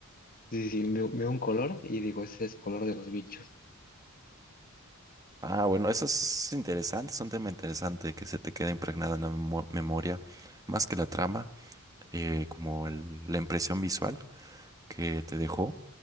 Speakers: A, on the left; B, on the right.
A: Sí, sí, veo, veo un color y digo, ese es color de los bichos.
B: Ah, bueno, eso es interesante, es un tema interesante que se te queda impregnado en la memo- memoria, más que la trama, eh, como el- la impresión visual que te dejó.